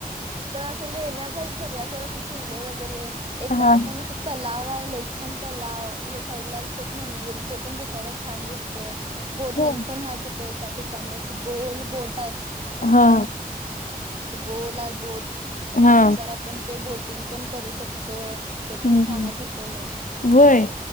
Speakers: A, on the right; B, on the left.
A: तिथं असं लेण्याचं, सगळ्या थोडसे किल्ले वगैरे, एका
B: हा
A: ठिकाणी असं तलाव हाय, लई छान तलाव, या साईड लायस ते एक मंदिरं, ते पण दिसायला छान दिसते, बोटिंग
B: हो.
A: पण हाय तिथ ते एका ठिकाणी, अशी गोल बोट य.
B: हा.
A: असं गोल हाय बोट,
B: हा
A: त्यानुसार आपण, ते बोटिंग पण, करू शकतोय. ते पण
B: हम्म हम्,
A: छान आहे तिथं लई
B: होय,